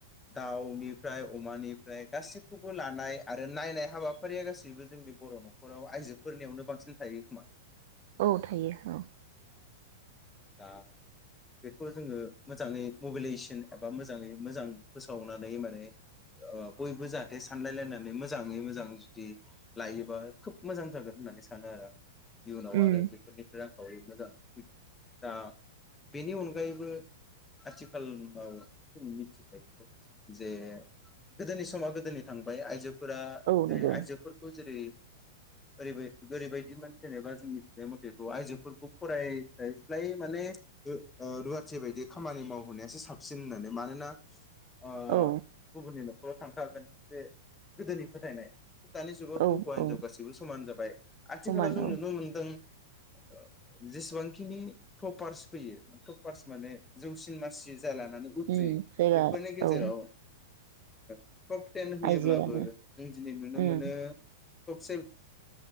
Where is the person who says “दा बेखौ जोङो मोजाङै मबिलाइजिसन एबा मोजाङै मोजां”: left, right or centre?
Left